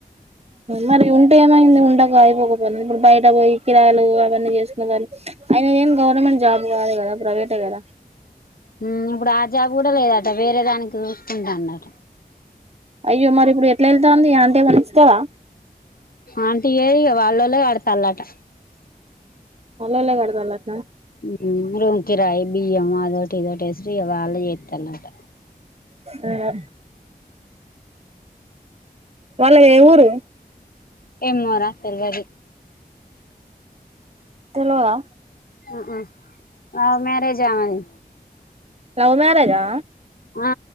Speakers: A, on the right (about 40°); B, on the left (about 60°).
A: మరి ఉంటే ఏమైంది ఉండక అయిపోకపోయింది ఇప్పుడు బయట పోయి కిరాయలు అవన్నీ చేసుకొన దానికి. ఆయన దేం గవర్నమెంట్ జాబ్ గాదు కదా. ప్రవేటే కదా.
B: ఉమ్ ఇప్పుడు ఆ జాబ్ కూడా లేదట వేరే దానికి చూస్కుంటాండట.
A: అయ్యో మరి ఇప్పుడు ఎట్ల ఏళ్తాంది ఆంటీ ఏమన్నిస్తదా.
B: ఆంటీ ఇయ్యదిగా వాల్లోలే కడతాన్లట.
A: వాలోల్లే గడుతానలట్నా.
B: హ్మ రూమ్ కిరాయి బియ్యం అదోటి ఇదోటి ఏస్ ఇగ వాళ్లే చేతాన్లట
A: సరే వాళ్ళ ఏ ఊరు
B: ఏమ్మొర తెల్వదు
A: తెల్వదా
B: ఉ ఉ లవ్ మ్యారేజ్ ఆమెది
A: లవ్ మ్యారేజా
B: ఆ